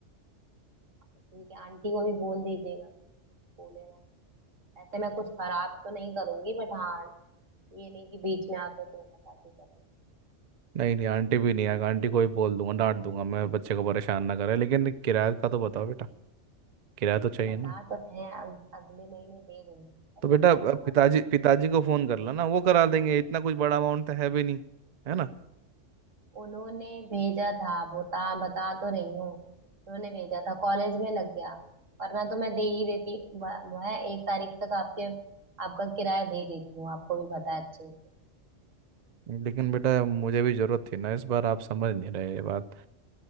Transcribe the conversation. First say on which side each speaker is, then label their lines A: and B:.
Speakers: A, on the right (about 80°); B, on the right (about 45°).
A: ठीक है आंटी को भी बोल दीजिएगा बोले ना ऐसे मैं कुछ खराब तो नहीं करूंगी बट हाँ ये नहीं कि बीच में आके तो खटाखी कर दूं।
B: नहीं नहीं आंटी भी नहीं आएगा आंटी को ही बोल दूंगा डांट दूंगा मैं बच्चे को परेशान ना करे लेकिन किराया का तो बताओ बेटा किराया तो चाहिए
A: बता
B: ना
A: तो रहे हैं अग, अगले महीने दे देंगे पर
B: तो बेटा
A: थोड़ा
B: अ,
A: समझिए
B: पिताजी पिताजी को फोन कर लो ना वो करा देंगे इतना कुछ बड़ा अमाउंट तो है भी नहीं है ना
A: उन्होंने भेजा था बता बता तो रही हूँ उन्होंने भेजा था कॉलेज में लग गया वरना तो मैं दे ही देती म- मैं एक तारीख तक आपके आपका किराया दे देती हूँ आपको भी पता है अच्छे से
B: लेकिन बेटा मुझे भी जरूरत थी ना इस बार आप समझ नहीं रहे ये बात